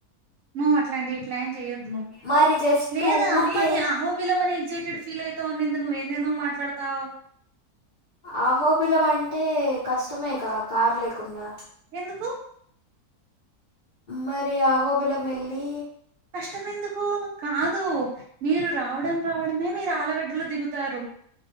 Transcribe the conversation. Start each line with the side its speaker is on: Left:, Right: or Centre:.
Right: నువ్వు అట్లాంటి ప్లాన్ చెయొద్దు నువ్వు
Left: మరి జస్ట్
Right: లేదా
Left: ఊరికే
Right: అమ్మాయి అహోబిలం అని ఎగ్జైటెడ్ ఫీల్ అయితావుండిది నువ్వు ఎందేందో మాట్లాడతావ్
Left: అహోబిలం అంటే కష్టమేగా కార్ లేకుండా
Right: ఎందుకు
Left: మరి అహోబిలం ఎళ్ళి
Right: కష్టమెందుకు కాదు మీరు రావడం రావడమే మీరు ఆలగడ్డలో దిగుతారు